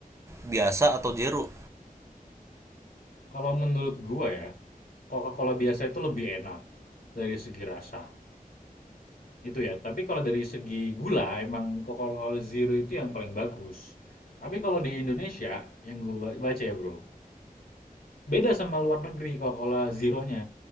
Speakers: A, on the right; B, on the left.
A: biasa atau Zero?
B: kalau menurut gua ya Coca-Cola biasa itu lebih enak dari segi rasa itu ya. Tapi kalau dari segi gula emang Coca-Cola Zero itu yang paling bagus. Tapi kalau di Indonesia yang gua ba- baca ya bro, Beda sama luar negeri kalau kola zeronya.